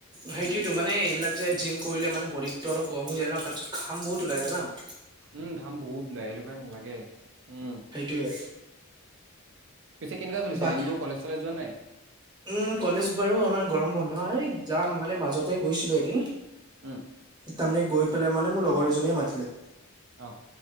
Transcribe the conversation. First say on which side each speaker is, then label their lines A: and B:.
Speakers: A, on the right; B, on the right.
A: সেইটোয়েতো মানে এইবিলাক যে জিম কৰিলে মানে বদিতটো অলপ গৰম হৈ যায় ন তাৰপিছত ঘাম বহুত ওলাই যায় ন?
B: উম ঘাম বহুত উলাই হেটো কাৰনে লাগে উম।
A: সেইটোয়ে।
B: পিছে কেনেকুৱা চলিছে
A: বাকী
B: দিনবোৰ কলেজ চলেজ যোৱা নাই?
A: উম কলেজ বাৰু আমাৰ গৰম বন্ধ হয় যাম মানে মাজতে গৈছিলো এদিন
B: ও
A: তাৰমানে গৈ পেলাই মানে মোৰ লগৰ এজনীয়ে মাতিলে।
B: অঁ